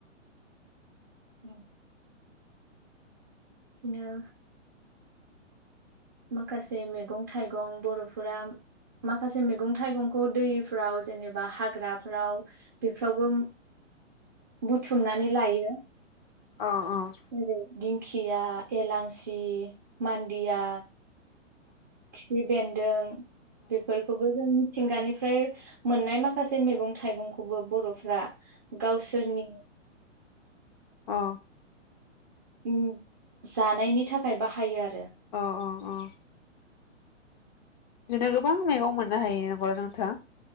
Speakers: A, on the right; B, on the left.
A: उम। बिनो माखासे मेगं थाइगं बर'फोरा माखासे मेगं थाइगंखौ दैफ्राव जेनेबा हाग्राफ्राव बेफ्रावबो बुथुमनानै लायो।
B: औ औ
A: जेरै दिंखिया एलांसि मान्डिया खिफि बेन्दों बेफोरखौबो जों मिथिंगानिफ्राय मोननाय माखासे मैगं थाइगंखौबो बर'फ्रा गावसोरनि
B: अ
A: उम जानायनि थाखाय बाहायो आ
B: अ अ अ बिदिनो गोबां मैगं मोननो हायो नंगौ नोंथां